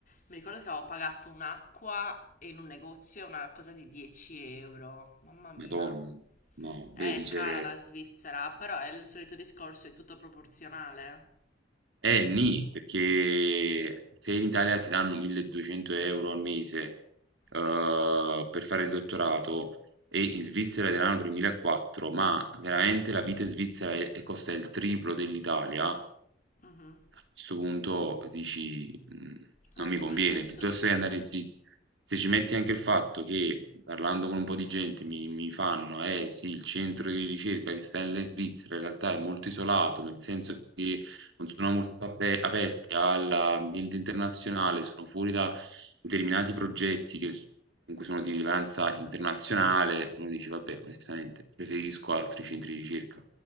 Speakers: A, on the left; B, on the right.
A: mi ricordo che avevo pagato un'acqua in un negozio, una cosa di 10 euro. Mamma mia.
B: Madonna. No,
A: È
B: vedi, cioè...
A: cara la Svizzera, però è il solito discorso, è tutto proporzionale.
B: Eh, nì, perché se in Italia ti danno 1200 euro al mese eh,
A: Mm,
B: per fare il dottorato e in Svizzera ti danno 3400, ma veramente la vita in Svizzera è- costa il triplo dell'Italia,
A: mhm.
B: sto punto dici: "Mhmm,
A: Ah,
B: non mi
A: in
B: conviene",
A: quel senso
B: piuttosto
A: sì.
B: che andare dritti. Se ci metti anche il fatto che, parlando con un po' di gente, mi mi fanno: "Eh sì, il centro di ricerca che sta nella Svizzera in realtà è molto isolato, nel senso che non sono molto ape aperti all'ambiente internazionale, sono fuori da determinati progetti che s comunque sono di rilevanza internazionale". Uno dice: "Vabbè, onestamente preferisco altri centri di ricerca".